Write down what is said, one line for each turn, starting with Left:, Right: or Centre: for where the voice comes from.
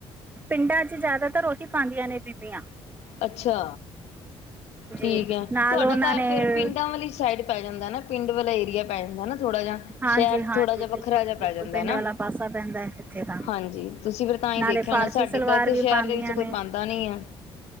Right: ਪਿੰਡਾਂ ਚ ਜਾਦਾਤਰ ਓਹੀ ਪਾਂਦੀਆਂ ਨੇ ਬੀਬੀਆਂ।
Left: ਅੱਛਾ ਠੀਕ
Right: ਹਾਂਜੀ
Left: ਹੈ
Right: ਨਾਲ
Left: ਤੁਹਾਡਾ
Right: ਉਹਨਾਂ
Left: ਘਰ
Right: ਨੇ
Left: ਫੇਰ ਪਿੰਡਾਂ ਵਾਲੀ ਸਾਈਡ ਪੈ ਜਾਂਦਾ ਨਾ ਪਿੰਡ ਵਾਲਾ ਏਰੀਆ ਪੈ ਜਾਂਦਾ ਨਾ ਥੋੜਾ ਜਿਹਾ।
Right: ਹਾਂਜੀ-ਹਾਂਜੀ,
Left: ਸ਼ਹਿਰ ਚ ਥੋੜਾ ਜਿਹਾ ਵੱਖਰਾ
Right: ਬਿਲਕੁਲ ਜੀ
Left: ਜਿਹਾ ਪੈ
Right: ਬਿਲਕੁਲ
Left: ਜਾਂਦਾ
Right: ਪਿੰਡ
Left: ਹੈਨਾ
Right: ਵਾਲਾ ਪਾਸਾ ਪੈਂਦਾ ਹੈ ਇੱਥੇ ਤਾਂ।
Left: ਹਾਂਜੀ। ਤੁਸੀਂ ਫੇਿਰ ਤਾਂ ਹੀ
Right: ਨਾਲੇ
Left: ਦੇਖਿਆ
Right: ਫਾਰਸੀ
Left: ਹੋਣਾ ਸਾਡੇ
Right: ਸਲਵਾਰ
Left: ਤਾਂ ਇੱਥੇ
Right: ਵੀ
Left: ਸ਼ਹਿਰ
Right: ਪਾਦੀਆਂ
Left: ਦੇ ਵਿੱਚ ਕੋਈ
Right: ਨੇ,
Left: ਪਾਉਂਦਾ ਨੀ ਹੈ।